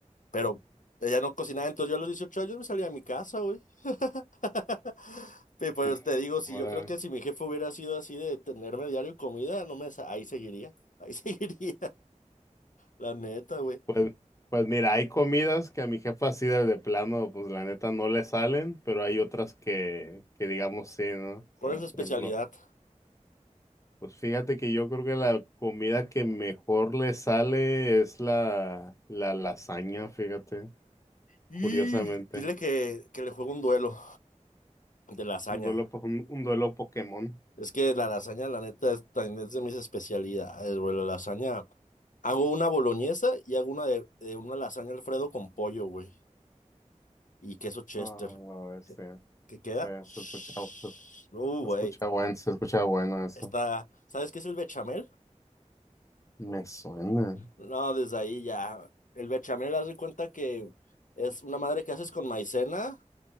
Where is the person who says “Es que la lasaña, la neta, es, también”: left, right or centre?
Left